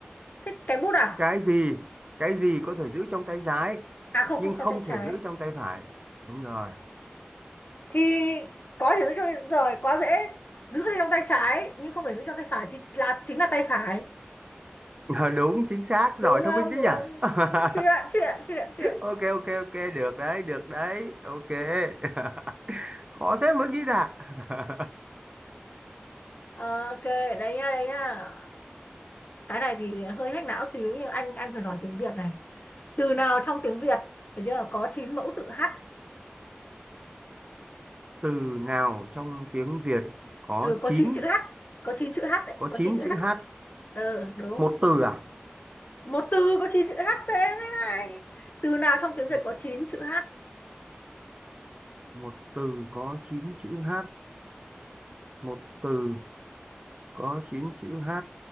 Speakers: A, on the left; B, on the right.
A: thích cái bút à
B: cái gì cái gì có thể giữ trong tay trái
A: à không
B: nhưng
A: không cho
B: không
A: tay trái
B: thể giữ trong tay phải đúng rồi
A: thì có thể giữ cho rồi quá dễ giữ thì trong tay trái nhưng không thể giữ trong tay phải thì là chính là tay phải
B: Ờ, đúng chính xác
A: đúng
B: giỏi
A: không
B: thông minh thế
A: đúng
B: nhỉ
A: không
B: <laughs>
A: chuyện chuyện chuyện chuyện
B: ok ok ok được đấy được đấy ok <laughs> khó thế muốn ghi ra <laughs>
A: ok đấy nha đấy nha cái này thì hơi hack não xíu nhưng anh anh phải giỏi tiếng Việt này từ nào trong tiếng Việt được chưa có 9 mẫu tự h
B: từ nào trong tiếng Việt có
A: ừ, có
B: chín
A: 9 chữ h có 9 chữ h đấy
B: có
A: có
B: chín
A: 9 chữ
B: chữ
A: h đấy.
B: H
A: ừ, đúng
B: một từ à
A: một từ có 9 chữ h thế mới hay từ nào trong tiếng Việt
B: một
A: có 9 chữ h
B: một từ có chín chữ H một từ có chín chữ H